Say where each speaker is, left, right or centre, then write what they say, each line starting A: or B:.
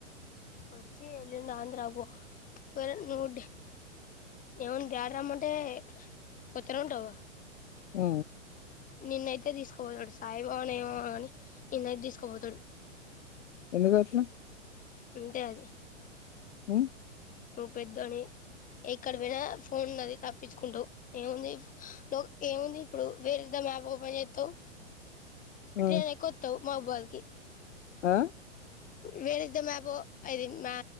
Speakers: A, on the left; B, on the left.
A: వచ్చి వెళ్ళిండు ఆంధ్రాబ నువ్వు ఏమన్నా డ రమ్మంటే కొత్తర ఉంటావు
B: ఆ
A: నిన్నయితే తీసుకుపోతాడు సాయిబావన్ ఏమో కాని నిన్నయితే తీసుకుపోతాడు
B: ఎందు కాటిన
A: అంతే అది
B: ఆ
A: నువ్వు పెద్ద అని ఎక్కడ పోయినా ఫోన్ ఉన్నది తప్పించుకుంటవ్ ఏముంది లో ఏముంది ఇప్పుడు వేరీజ్ ద మ్యాప్ ఓపెన్ చేత్తావ్
B: ఆ
A: ఆటో ఎక్కొత్తావ్ మా బార్ కి
B: ఆ
A: వేర్ ఈస్ ద మ్యాప్ అది మా